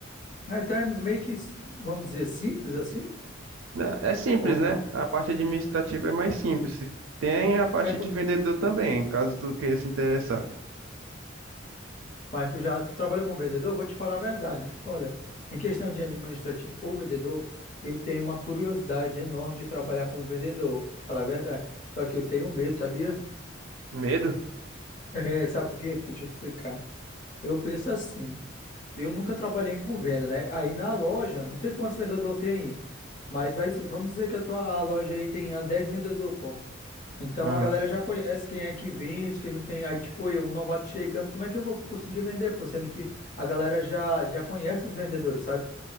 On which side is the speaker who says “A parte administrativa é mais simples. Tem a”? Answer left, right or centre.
Right